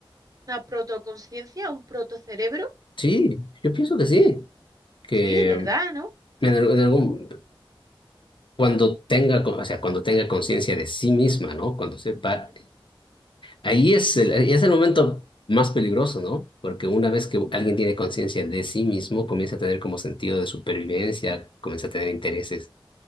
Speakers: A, on the right; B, on the left.
A: una protoconciencia, un protocerebro?
B: Sí, yo pienso que sí, que
A: Sí, ¿verdad?
B: en,
A: ¿No?
B: al- en algún, cuando tenga, co- o sea, cuando tenga conciencia de sí misma, ¿no? Cuando sepa
A: Ujú.
B: Ahí es el, ahí es el momento más peligroso, ¿no? Porque una vez que alguien tiene conciencia de sí mismo, comienza a tener como sentido de supervivencia, comienza a tener intereses,